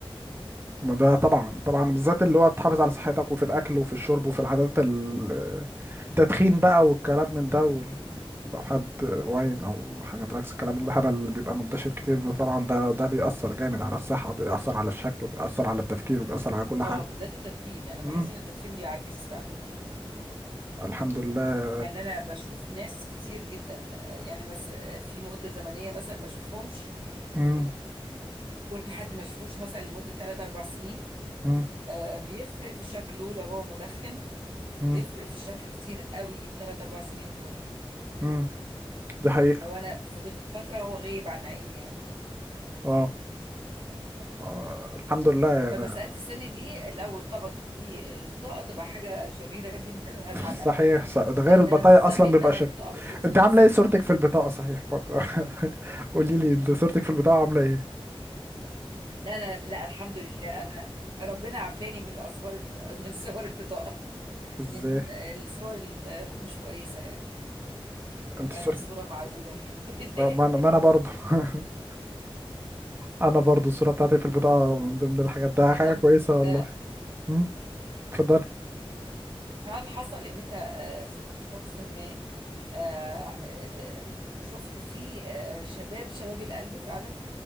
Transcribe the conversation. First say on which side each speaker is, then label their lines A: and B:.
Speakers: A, on the right; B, on the right.
A: ما ده طبعا طبعا بالذات اللي هو تحافظ على صحتك وفي الاكل وفي الشرب وفي العادات ال- التدخين بقى والكلام من ده وال- لو حد واين او حاجه دراكس الكلام الهبل اللي بيبقى منتشر كتير ده طبعا ده ده بيأثر جامد على الصحه بيأثر على الشكل وبيأثر على التفكير وبيأثر على كل حاجه
B: اه بالذات التدخين أنا بحس
A: امم
B: إن التدخين بيعجز فعلا
A: الحمد لله
B: يعني أنا بشوف ناس كتير جدا آه، يعني مثلا في مدة زمنية مثلا ما أشوفهمش
A: امم
B: ولحد ما أشوفوش مثلا لمدة 3 4 سنين
A: امم
B: آه بيفرق في شكله لو هو مدخن
A: امم
B: بيفرق في شكله كتير قوي الثلاث اربع سنين دول
A: امم دي حقيقه
B: لو انا فضلت فتره هو غايب عن عيني يعني
A: اه آه، الحمد لله يعني
B: فمساله السن دي لو ارتبطت بالبطاقه تبقى حاجه شريره جدا وهزعل
A: <laughs>
B: قوي
A: صحيح صح. ده غير
B: لان
A: البطايق
B: انا مش
A: اصلا
B: ذنبي ان
A: بيبقى
B: انا البطاقه بتقول ان
A: انت
B: انا
A: عامله
B: سني
A: ايه صورتك
B: كبير
A: في البطاقه صحيح بقى <laughs> قولي لي انت صورتك في البطاقه عامله ايه
B: لا انا لا الحمد لله انا ربنا عافاني من الاسوار البطاقه من صور البطاقه
A: ازاي
B: من الصور اللي مش كويسه يعني
A: انت
B: انا
A: صورتك
B: الصوره معقوله الحمد لله
A: اه، ما انا ما انا برضو <laughs> انا برضو الصوره بتاعتي في البطاقه من ضمن الحاجات ده
B: <laughs>
A: حاجه
B: طب
A: كويسه والله
B: آه،
A: امم اتفضلي
B: هل حصل ان انت آه، شفت شخص ما آه، آه، شفت فيه آه، شباب شباب القلب فعلا